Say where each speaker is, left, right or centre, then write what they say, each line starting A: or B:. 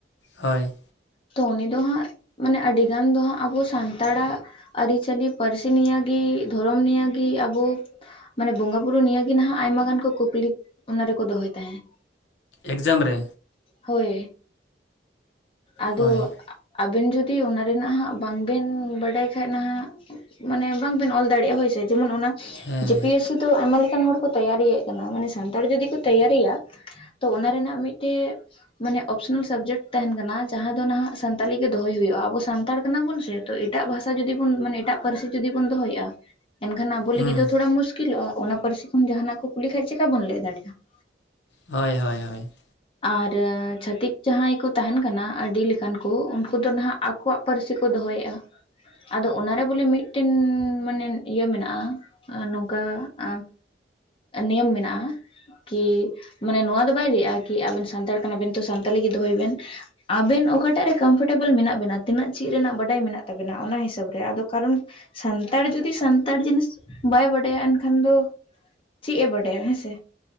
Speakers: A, on the left (about 85°); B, on the left (about 30°).
A: ᱦᱳᱭ
B: ᱛᱚ ᱩᱱᱤ ᱫᱚ ᱦᱟᱸᱜ ᱢᱟᱱᱮ ᱟᱹᱰᱤ ᱜᱟᱱ ᱫᱚ ᱦᱟᱸᱜ ᱟᱵᱚ ᱥᱟᱱᱛᱟᱲᱟᱜᱼᱼ ᱟᱹᱨᱤᱪᱟᱹᱞᱤ ᱯᱟᱹᱨᱥᱤ ᱱᱤᱭᱟᱹᱜᱮ ᱫᱷᱚᱨᱚᱢ ᱱᱤᱭᱟᱹᱜᱮ ᱟᱵᱚᱼᱼ ᱢᱟᱱᱮ ᱵᱚᱸᱜᱟ ᱵᱩᱨᱩ ᱱᱤᱭᱟᱹᱜᱮ ᱱᱟᱦᱟᱜ ᱟᱭᱢᱟ ᱜᱟᱱ ᱠᱚ ᱠᱩᱠᱞᱤ ᱚᱱᱟ ᱨᱮᱠᱚ ᱫᱚᱦᱚᱭ ᱛᱟᱦᱮᱸᱫ᱾
A: ᱮᱠᱡᱟᱢ ᱨᱮ᱾
B: ᱦᱳᱭ ᱟᱫᱚ
A: ᱦᱳᱭ
B: ᱟᱵᱮᱱ ᱡᱩᱫᱤ ᱚᱱᱟ ᱨᱮᱱᱟᱜ ᱦᱟᱸᱜ ᱵᱟᱝᱵᱮᱱ ᱵᱟᱰᱟᱭ ᱠᱷᱟᱡ ᱱᱟᱦᱟᱸᱜ ᱢᱟᱱᱮ ᱵᱟᱝᱵᱮᱱ ᱚᱞ ᱫᱟᱲᱮᱭᱟᱜᱼᱟ ᱦᱳᱭᱥᱮ ᱡᱮᱢᱚᱱ ᱚᱱᱟ
A: ᱦᱮᱸ
B: ᱡᱮ ᱯᱤᱥ ᱛᱚ ᱟᱭᱢᱟ ᱞᱮᱠᱟᱱ ᱦᱚᱲ ᱠᱚ ᱛᱮᱭᱟᱨᱤᱭᱮᱫ ᱠᱟᱱᱟ, ᱢᱟᱱᱮ ᱥᱟᱱᱛᱟᱲ ᱡᱩᱫᱤ ᱠᱚ ᱛᱮᱭᱟᱨᱤᱭᱟ, ᱛᱚ ᱚᱱᱟ ᱨᱮᱱᱟᱜ ᱢᱤᱫᱴᱮᱡ ᱢᱟᱱᱮ ᱚᱯᱥᱚᱱᱟᱞ ᱥᱟᱵᱡᱮᱠᱴ ᱛᱟᱦᱮᱸᱱ ᱠᱟᱱᱟ ᱡᱟᱦᱟᱸ ᱫᱚ ᱱᱟᱦᱟᱜ ᱥᱟᱱᱛᱟᱞᱤ ᱜᱮ ᱫᱚᱦᱚᱭ ᱦᱩᱭᱩᱜᱼᱟ ᱟᱵᱚ ᱥᱟᱱᱛᱟᱲ ᱠᱟᱱᱟ ᱵᱚᱱ ᱥᱮ, ᱛᱚ ᱮᱴᱟᱜ ᱵᱷᱟᱥᱟ ᱡᱩᱫᱤ ᱵᱚᱱ ᱢᱟᱱᱮ ᱮᱴᱟᱜ ᱯᱟᱹᱨᱥᱤ ᱡᱩᱫᱤ ᱵᱚᱱ ᱫᱚᱦᱚᱭᱮᱜᱼᱟ, ᱮᱱᱠᱷᱟᱱ ᱟᱵᱚ
A: ᱦᱩᱸ
B: ᱞᱟᱹᱜᱤᱫ ᱫᱚ ᱛᱷᱚᱲᱟ ᱢᱩᱥᱠᱤᱞᱚᱜᱼᱟ ᱚᱱᱟ ᱯᱟᱹᱨᱥᱤ ᱠᱷᱚᱱ ᱡᱟᱸᱟᱱᱟᱜ ᱠᱚ ᱠᱩᱞᱤ ᱠᱷᱟᱱᱡ ᱪᱤᱠᱠᱟ ᱵᱚᱱ ᱞᱟᱹᱭ ᱫᱟᱲᱮᱭᱟᱜᱼᱟ ᱾
A: ᱦᱳᱭ ᱦᱳᱭ ᱦᱳᱭ ᱾
B: ᱟᱨ ᱪᱷᱟᱛᱤᱠ ᱡᱟᱦᱟᱸᱭ ᱠᱚ ᱛᱟᱦᱮᱸᱱ ᱠᱟᱱᱟ ᱟᱹᱰᱤ ᱞᱮᱠᱟᱱ ᱠᱚ ᱩᱱᱠᱩ ᱫᱚ ᱱᱟᱦᱟᱸᱜ ᱟᱠᱚᱣᱟᱜ ᱯᱟᱹᱨᱥᱤ ᱠᱚ ᱫᱚᱦᱚᱭᱮᱜᱼᱟ, ᱟᱫᱚ ᱚᱱᱟᱨᱮ ᱵᱚᱞᱮ ᱢᱤᱫᱴᱮᱱ ᱢᱟᱱᱮ ᱤᱭᱟᱹ ᱢᱮᱱᱟᱜᱼᱟ, ᱟ ᱱᱚᱝᱠᱟ ᱟ ᱱᱤᱭᱚᱢ ᱢᱮᱱᱟᱜᱼᱟ ᱠᱤ ᱢᱟᱱᱮ ᱱᱚᱣᱟ ᱫᱚ ᱵᱟᱭ ᱞᱟᱹᱭᱮᱜᱼᱟ ᱠᱤ ᱟᱵᱮᱱ ᱥᱟᱱᱛᱟᱲ ᱠᱟᱱᱟᱵᱮᱱ ᱛᱚ ᱥᱟᱱᱛᱟᱲᱤ ᱜᱮ ᱫᱚᱦᱚᱭ ᱵᱮᱱ ᱾ ᱟᱵᱮᱱ ᱚᱠᱟᱴᱟᱜ ᱨᱮ ᱠᱚᱢᱯᱷᱴᱮᱵᱮᱞ ᱢᱮᱱᱟᱜ ᱵᱮᱱᱟ ᱛᱤᱱᱟᱹᱜ ᱪᱮᱫ ᱨᱮᱱᱟᱜ ᱵᱟᱰᱟᱭ ᱢᱮᱱᱟᱜ ᱛᱟᱵᱮᱱᱟ ᱚᱱᱟ ᱦᱤᱥᱟᱹᱵ ᱨᱮ, ᱟᱫᱚ ᱠᱟᱨᱚᱱ ᱥᱟᱱᱛᱟᱲ ᱡᱩᱫᱤ ᱥᱟᱱᱛᱟᱲ ᱡᱤᱱᱤᱥ ᱵᱟᱭ ᱵᱟᱰᱟᱭᱟ ᱮᱱᱠᱷᱟᱱ ᱫᱚ ᱪᱤᱜ ᱮ ᱵᱟᱰᱟᱭᱟ ᱦᱮᱸᱥᱮ?